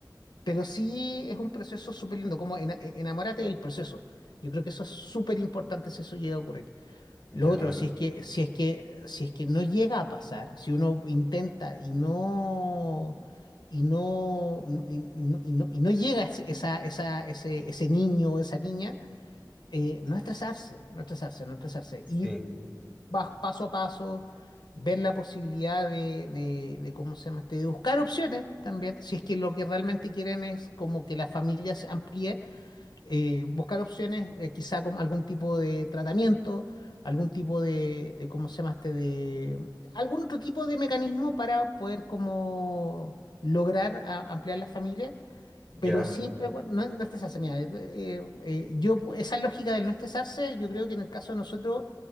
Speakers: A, on the left; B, on the right.
A: pero sí es un proceso súper lindo, como ena- enamórate del proceso. Yo creo que eso es súper importante si eso llega a ocurrir.
B: Ya,
A: Lo otro, si es que, si es que, si es que no llega a pasar, si uno intenta y no, y no, y, y no, y no- y no llega ese- esa, esa, ese, ese niño o esa niña, eh, no estresarse, no estresarse, no estresarse,
B: sí,
A: ir pa- paso a paso, ver la posibilidad de, de, de ¿cómo se llama? este? De buscar opciones también, si es que lo que realmente quieren es como que la familia se amplíe eh, buscar opciones, eh, quizá como algún tipo de tratamiento, algún tipo de, de, ¿cómo se llama este? De, algún otro tipo de mecanismo para poder como lograr a- ampliar la familia, pero
B: ya,
A: siempre, acuer- no, no estresarse, mira, eh, eh, eh, yo, esa lógica del no estresarse, yo creo que en el caso de nosotros